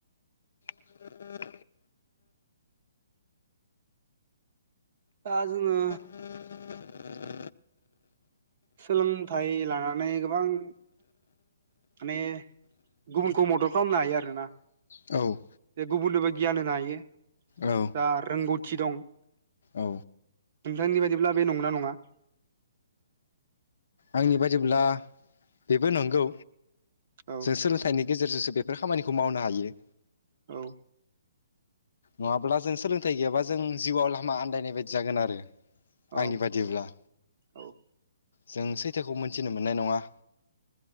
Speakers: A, on the left; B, on the right.
A: <inaudible>
B: दा जोङो
A: <inaudible>
B: सोलोंथाइ लानानै गोबां माने गुबुनखौ मदद खालामनो हायो आरो। ना
A: औ
B: जे गुबुननोबो गियान होनो हायो
A: औ
B: दा रोंगौथि दं
A: औ
B: नोंथांनि बायदिब्ला बे नंगौना नङा?
A: आंनि बायदिब्ला बेबो नंगौ
B: औ
A: जों सोलोंथाइनि गेजेरजोंसो बेफोर खामानिखौ मावनो हायो।
B: औ।
A: नङाब्ला जों सोलोंथाइ गैयाबा जों जिउआव लामा आन्दायनाय बायदि जागोन आरो
B: अके
A: आंनि बादिब्ला।
B: औ
A: जों सैथोखौ मोनथिनो मोननाय नङा।